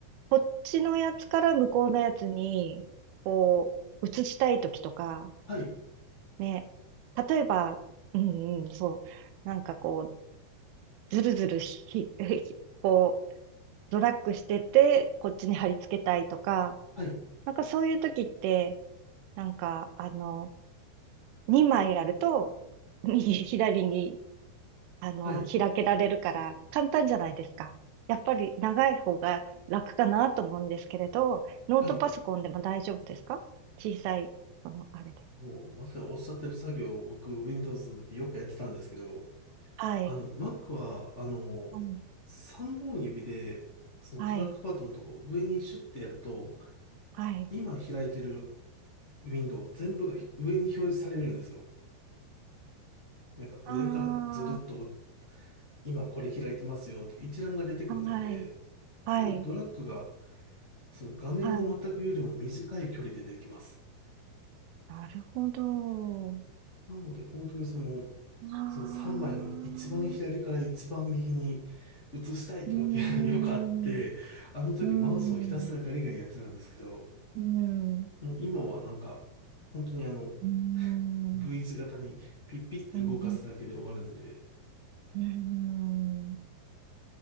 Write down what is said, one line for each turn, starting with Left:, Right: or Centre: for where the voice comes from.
Right: こっちのやつから向こうのやつに、こう、移したいときとか、
Left: はい、
Right: ね、例えば、うんうん、そう、なんかこう、ずるずるひ、ひこう、ドラッグしてて、こっちに貼り付けたいとか、
Left: はい、
Right: なんかそういうときって、なんか、あの、2枚あると、<laughs> 右、左にあの、
Left: はい、
Right: 開けられるから簡単じゃないですか。やっぱり長い方が楽かなと思うんですけれど、ノートパソコンでも大丈夫ですか小さい、
Left: はい。
Right: この、あれで。
Left: もうまさにおっしゃってる作業を僕 Windows の時よくやってたんですけど、
Right: はい。
Left: あの、Mac は、あの、
Right: うん、
Left: 3本指で、そのトラックパッドのとこを上にシュッてやると、
Right: はい。はい。
Left: 今開いてるウィンドウ全部がひ上に表示されるんですよ。なんか上からずるっと、
Right: ああ、
Left: 今これ開いてますよと一覧が出てくるので、
Right: はい。はい。
Left: なんでドラッグが、その画面をまたぐよりも短い距離でできます。
Right: はい。なるほど。
Left: なので本当にその、
Right: ああ、
Left: その3枚の一番左から一番右に移したいとかっていうのが
Right: うーん、
Left: <laughs> よくあって、
Right: う
Left: あの時マウスをひたすらガリガリやってたんですけど、
Right: ーん、うーん、うーん、
Left: もう今はなんか、本当にあの
Right: うーん、
Left: V 字型にピッピッて動かすだけで終わるんで、
Right: うーん。うーん